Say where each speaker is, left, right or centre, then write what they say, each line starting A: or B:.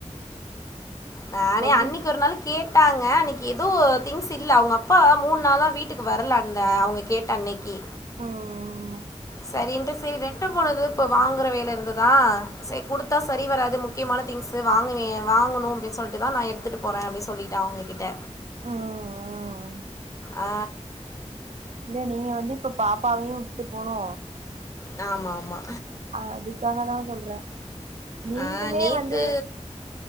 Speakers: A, on the left (about 25°); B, on the right (about 65°).
A: நானே
B: சொல்லிட்டு
A: அன்னிக்கி ஒரு நாளு கேட்டாங்க அன்னிக்கி எதோ திங்ஸ் இல்ல அவுங்க அப்பா மூண் நாளா வீட்டுக்கு வர்லண்ட அவுங்க கேட்ட அன்னைக்கி
B: ம் ம்
A: சரின்ட்டு சேர் ரெண்டு மூணுது இப்போ வாங்குற வேல இருந்ததா சே குடுத்தா சரி வராது முக்கியமான திங்ஸு வாங்குவிய வாங்குணு அப்டின் சொல்ட்டு தா நா எடுத் திட்டு போறே அப்டி சொல்லிட்டே அவுங்கிட்ட
B: ம் ம்
A: ஆ
B: இல்ல நீங்க வந்து இப்ப பாப்பாவையு விட்டு போனு
A: நாமாமா
B: அதுக்காக தா சொல்றே நீங்ளுமே
A: ஆ நேத்து
B: வந்து